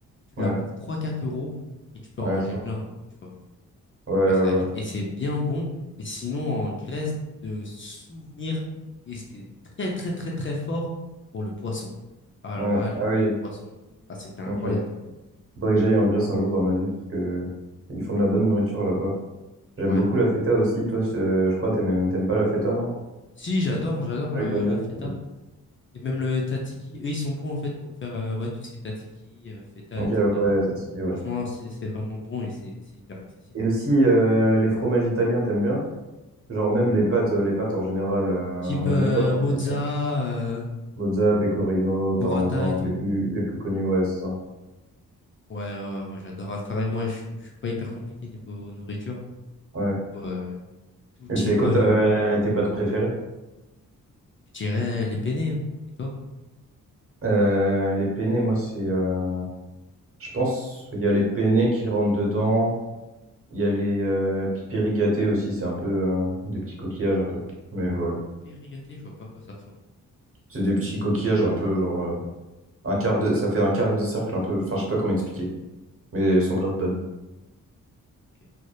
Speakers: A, on the left; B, on the right.
A: tu
B: Ouais.
A: l'as pour trois quatre euros et tu peux
B: Ouais,
A: en manger
B: c'est vrai.
A: plein, quoi, tu vois.
B: Ouais, ouais,
A: Que ça va vite
B: ouais.
A: et c'est bien bon. Et sinon, en Grèce, de souvenirs et c'était très, très, très, très fort pour le poisson. Alors
B: Ouais.
A: là, les,
B: Ah oui,
A: les poissons, ah, c'était incroyable
B: ok.
A: là-bas.
B: Faudrait que j'aille en Grèce un jour dans ma vie, parce que ils font de la bonne nourriture là-bas. J'aime
A: Ouais.
B: beaucoup la feta aussi. Toi, c'est- je crois, t'aimes même- t'aimes pas la feta, non?
A: Si, j'adore,
B: Je sais pas si-
A: j'adore
B: Ah
A: la,
B: oui, t'aimes bien.
A: la feta.
B: Ok,
A: Et même le tataki, eux, ils sont bons en fait pour faire euh, ouais, tout ce qui est tataki, euh, feta,
B: Ok,
A: etc.
B: ouais, ça te dit, ouais.
A: Franchement, c'est c'est vraiment bon et c'est c'est hyper accessible.
B: Et aussi, euh, les fromages italiens, t'aimes bien? Genre même les pâtes, les pâtes en général, euh,
A: Type
B: on
A: euh,
B: n'a même pas parlé
A: mozza,
B: des pâtes.
A: euh,
B: Mozza, pecorino, parmesan,
A: burrata et tout.
B: les plus, les plus connus, ouais, c'est ça.
A: Ouais, ouais, ouais, moi j'adore. Enfin, et moi, je, suis- je suis pas hyper compliqué niveau nourriture.
B: Ouais.
A: Euh, tout type,
B: Et c'est quoi
A: euh,
B: ta- tes pâtes préférées?
A: je dirais les penne. hein. Et toi?
B: Euh, les penne, moi, c'est... euh, Je pense il y a les penne qui rentrent dedans. Il y a les euh, pipéri aussi, c'est un peu euh, des petits coquillages un peu. Mais voilà.
A: Hyper rigaté, je vois pas à quoi ça ressemble.
B: C'est des petits coquillages un peu genre euh, un quart de ça fait un quart de cercle un peu. Enfin, je sais pas comment expliquer, mais elles sont grave bonnes.
A: Ok.